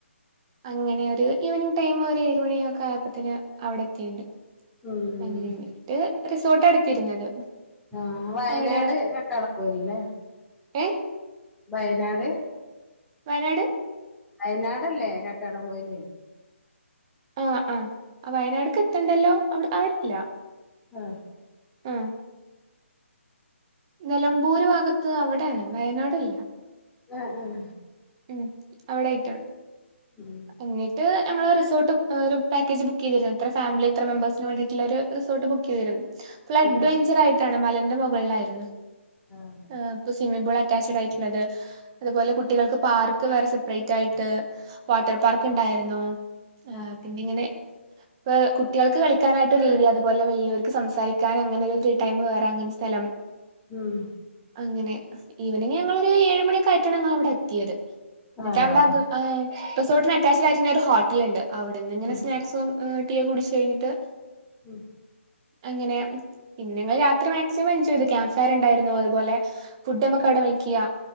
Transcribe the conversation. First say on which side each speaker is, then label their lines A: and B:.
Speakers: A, on the right; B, in the centre.
A: അങ്ങനെ ഈവനിങ്ങ് ടൈം ഒരു ഏഴ് മണിയൊക്കെ ആയപ്പത്തിന് അവിടെ എത്തിണ്ട്.
B: ഉം
A: എങ്ങനെ <unintelligible> റിസോർട്ട എടുത്തിരുന്നത്.
B: ആ വയനാട്
A: അവിടെ
B: കക്കാടംപൊയിലല്ലേ
A: ഏ
B: വയനാട്.
A: വയനാട്
B: വയനാടല്ലേ കക്കാടം പൊയില്.
A: ആ ആ വയനാട്ക്ക് എത്തണ്ടല്ലോ അവിടെ അവിടെല്ല.
B: ആ
A: ആ നിലമ്പൂര് ഭാഗത്ത് അവിടെയാണ്. വയനാടല്ല.
B: ഉം ഉം
A: ഉം അവിടെയിട്ടോ.
B: ഉം
A: എന്നിട്ട് ഞങ്ങള് റിസോർട്ട് ഒരു പാക്കേജ് ബുക്ക് ചെയ്തിരുന്നു. ഇത്ര ഫാമിലി ഇത്ര മെമ്പേഴ്സിന് വേണ്ടീട്ടുള്ള ഒരു റിസോർട്ട് ബുക്ക് ചെയ്തിരുന്നു. ഫ്
B: ആഹ്
A: അഡ്വെഞ്ചർ ആയിട്ടാണ് മല ന്റെ മുകളിലായിരുന്നു.
B: ആഹ്
A: ഏഹ് ഇപ്പോ സ്വിമ്മിംഗ് പൂൾ അറ്റാച്ചഡ് ആയിട്ടുള്ളത്. അതുപോലെ കുട്ടികൾക്ക് പാർക്ക് വേറെ സെപ്പറേറ്റ് ആയിട്ട്. വാട്ടർ പാർക്ക് ഉണ്ടായിരുന്നു
B: ആഹ് ആഹ്
A: പിന്നെങ്ങിനെ ഇപ്പ കുട്ടികൾക്ക് കളിക്കാനായിട്ട് ഒരു രീതി അതുപോലെ വലിയവർക്ക് സംസാരിക്കാൻ അങ്ങനെ ഒരു ഫ്രീ ടൈം വേറെ അങ്ങനെ സ്ഥലം.
B: ഉം
A: അങ്ങനെ ഈവനിങ് ഞങ്ങളൊരു ഏഴ് മണിയൊക്കായിട്ടാണ് ഞങ്ങൾ അവിടെ എത്തിയത്. ന്നെട്ടവിടെ
B: ആഹ്
A: അത് ആ റിസോർട്ടിന് അറ്റാച്ചഡ് ആയിട്ടന്നെ ഒരു ഹോട്ടലുണ്ട്. അവിടെന്ന്ങ്ങനെ
B: ഉം
A: സ്നാക്സും ടീ കുടിച്ച് കഴിഞ്ഞിട്ട്
B: ഉം
A: അങ്ങനെ പിന്നെ ഞങ്ങൾ രാത്രി മാക്സിമം എൻജോയ് ചെയ്ത് ക്യാമ്പ് ഫയർണ്ടായിരുന്നു അതുപോലെ ഫുഡ് നമ്മുക്ക് അവിടെ